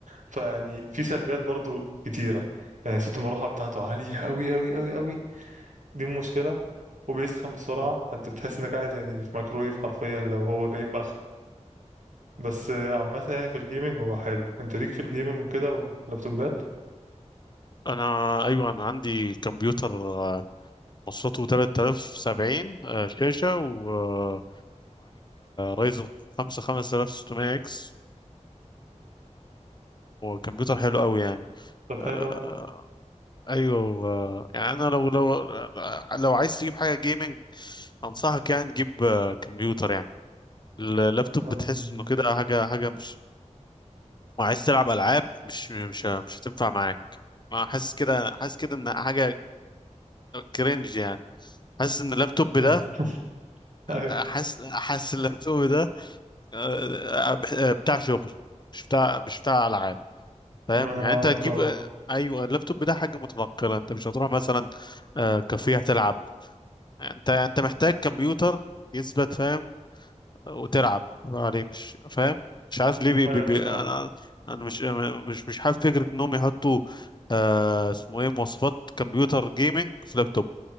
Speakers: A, on the right; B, on the left.
A: فيعني في سلبيات برضو كتيرة يعني صوت المروحة بتاعته عالية أوي أوي أوي أوي دي مشكلة وبيسخن بسرعة
B: مم.
A: فأنت بتحس إنك قاعد يعني في ميكرويف حرفيا لو هو جايب آخره بس آه، عامة يعني في الجيمنج هو حلو أنت ليك في الجيمنج وكده ولابتوبات
B: انا ايوه انا عندي كمبيوتر آه، مواصفاته 3070 آه، شاشه ومعالج رايزر 5 5600 اكس كمبيوتر حلو قوي يعني
A: طب
B: آه،
A: حلو أوي.
B: ايوه آه، يعني انا لو لو آه، لو عايز تجيب حاجه جيمنج انصحك يعني تجيب آه، كمبيوتر يعني اللابتوب
A: أم-
B: بتحس انه كده حاجه حاجه مش وعايز تلعب العاب مش مش مش هتنفع معاك ما حاسس كده حاسس كده ان حاجه كرنج يعني حاسس ان اللابتوب
A: <laughs>
B: ده
A: ايوه
B: حاسس حاسس اللابتوب ده آه، آه، آه، بتاع شغل مش بتاع مش بتاع العاب فاهم
A: انا
B: يعني
A: معاك
B: انت هتجيب
A: اه
B: آه، ايوه اللابتوب ده حاجه متنقله انت مش هتروح مثلا آه، كافيه تلعب انت انت محتاج كمبيوتر يثبت فاهم وتلعب عليه مش فاهم مش عارف ليه بي
A: ايوه
B: بي
A: انا
B: بي
A: فاهم
B: انا انا مش مش مش حابب فكره انهم يحطوا آه اسمه ايه مواصفات كمبيوتر جيمنج في لابتوب